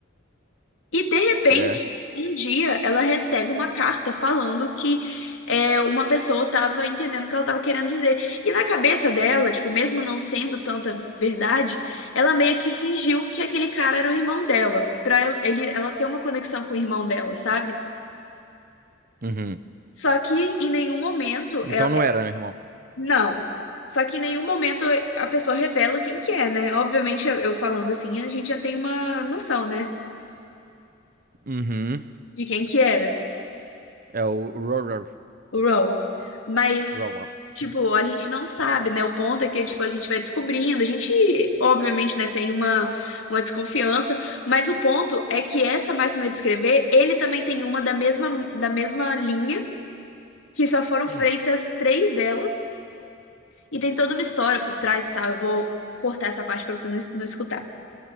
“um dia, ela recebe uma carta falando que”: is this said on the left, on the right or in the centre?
Left